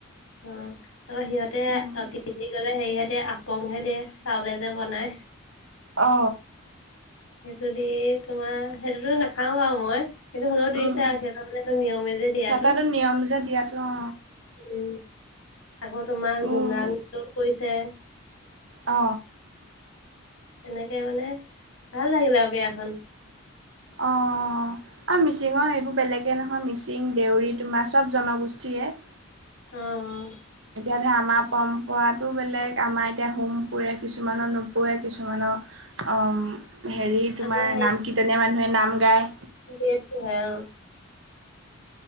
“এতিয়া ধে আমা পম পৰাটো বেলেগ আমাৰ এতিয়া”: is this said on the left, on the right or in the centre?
Right